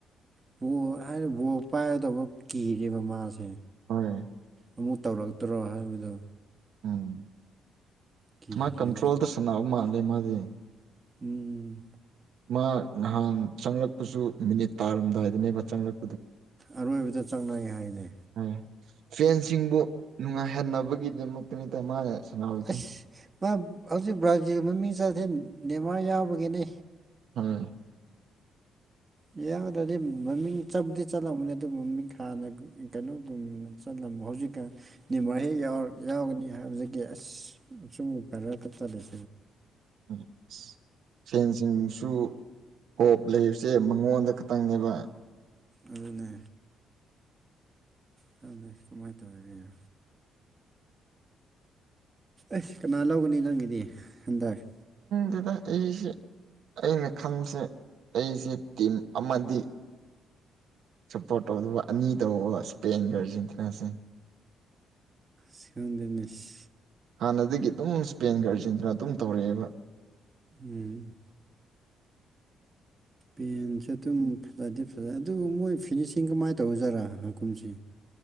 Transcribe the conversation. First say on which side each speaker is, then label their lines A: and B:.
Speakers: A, on the right; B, on the right.
A: ꯕ ꯍꯥꯏꯗꯤ ꯕꯣꯔ ꯄꯥꯏꯒꯗꯧꯕ ꯀꯤꯔꯦꯕ ꯃꯥꯁꯦ
B: ꯍꯣꯏ
A: ꯑꯃꯨꯛ ꯇꯧꯔꯛꯇ꯭ꯔꯣ ꯍꯥꯏꯕꯗꯨ
B: ꯎꯝ
A: ꯀꯤꯔꯦꯕ
B: ꯃꯥ ꯀꯟꯇ꯭ꯔꯣꯜꯗ ꯁꯥꯟꯅꯕ ꯃꯥꯜꯂꯦ ꯃꯥꯗꯤ
A: ꯎꯝ
B: ꯃꯥ ꯅꯍꯥꯟ ꯆꯪꯂꯛꯄꯁꯨ ꯃꯤꯅꯤꯠ ꯇꯥꯔꯝꯗꯥꯏꯗꯅꯦꯕ ꯆꯪꯂꯛ
A: ꯑꯔꯣꯏꯕꯗ ꯆꯠꯅꯩ ꯍꯥꯏꯅꯤ
B: ꯍꯣꯏ ꯐꯦꯟꯁꯤꯡꯕꯨ ꯅꯨꯡꯉꯥꯏꯍꯟꯅꯕꯒꯤꯗꯃꯛꯇꯅꯤꯠꯇ ꯃꯥꯅ ꯁꯅꯥꯗꯔꯤ
A: ꯑꯁ ꯃꯥ ꯍꯧꯖꯤꯛ ꯕ꯭ꯔꯥꯖꯤꯜ ꯃꯃꯤꯡ ꯆꯠꯊꯦꯜ ꯅꯦꯃꯥꯔ ꯌꯥꯎꯕꯒꯤꯅꯦ
B: ꯍꯝ
A: ꯌꯥꯔꯗꯤ ꯃꯃꯤꯡ ꯆꯞꯗꯤ ꯆꯠꯂꯅꯦ ꯑꯗꯨ ꯃꯃꯤꯡ ꯈꯅ ꯀꯩꯅꯣ ꯆꯂ ꯍꯧꯖꯤꯛꯀ ꯅꯤ ꯃꯍꯦꯛ ꯌꯥꯎꯒꯅꯤ ꯍꯥꯏꯕꯗꯒꯤ ꯑꯁ ꯑꯁꯨꯝ ꯐꯔꯒ ꯆꯠꯂꯁꯦ
B: ꯎꯝ ꯁꯦꯟꯁꯤꯡꯁꯨ ꯀꯣꯞ ꯂꯩꯕꯁꯦ ꯃꯉꯣꯟꯗ ꯈꯛꯇꯪꯅꯦꯕ
A: ꯑꯗꯨꯅꯦ ꯈ ꯀꯃꯥꯏꯅ ꯇꯧꯔꯤꯒ ꯑꯁ ꯀꯅꯥ ꯂꯒꯅꯤ ꯅꯪꯒꯤꯗꯤ ꯈꯟꯊꯒꯦ
B: ꯑꯗꯨꯗ ꯑꯩꯁꯦ ꯑꯩꯅ ꯈꯟꯁꯦ ꯑꯩꯁꯦ ꯇꯤꯝ ꯑꯃꯗꯤ ꯁꯞꯄꯣꯔꯠ ꯇꯧꯗꯧꯕ ꯑꯅꯤ ꯇꯧꯕ ꯏꯁꯄꯦꯟꯒꯔꯁꯤꯟꯇꯅꯥꯁꯦ
A: ꯁꯤꯀꯥꯟꯗꯅꯦꯁ
B: ꯍꯥꯟꯅꯗꯒꯤ ꯑꯗꯨꯝ ꯏꯁꯄꯦꯟ ꯈꯔ ꯆꯟꯗꯨꯅ ꯑꯗꯨꯝ ꯇꯧꯔꯛꯑꯦꯕ
A: ꯎꯝ ꯏꯁꯄꯦꯟꯁꯦ ꯑꯗꯨꯝ ꯐꯖꯗꯤꯦ ꯐꯖꯩ ꯑꯗꯨꯕꯨ ꯃꯣꯏ ꯐꯤꯅꯤꯁꯤꯡ ꯀꯃꯥꯏꯅ ꯇꯧꯖꯥꯔꯥ ꯍꯥꯀꯨꯝꯁꯦ